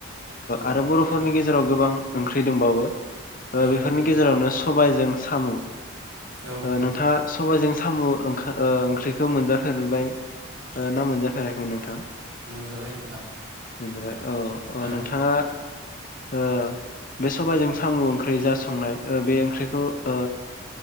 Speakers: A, on the right (about 75°); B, on the left (about 40°).
A: औ
B: आरो ओ बर'फोरनि
A: नोंथां
B: गेजेराव गोबां ओंख्रि दंबावो।
A: औ
B: बेफोरनि
A: नोंथां
B: गेजेरावनो सबायजों सामु।
A: औ नोंथां
B: ओ नोंथाङा सबाइजों सामु ओंखा ओंख्रिखौ मोनजाफेरबाय ना मोनजाफेराखैमोन नों? नोंथां।
A: जाबाय नोंथां।
B: मोनजाबाय। औ अ
A: औ
B: नोंथाङा ओ बे सबायजों सामु ओंख्रि जा संनाय ओ बे ओंख्रिखौ ओ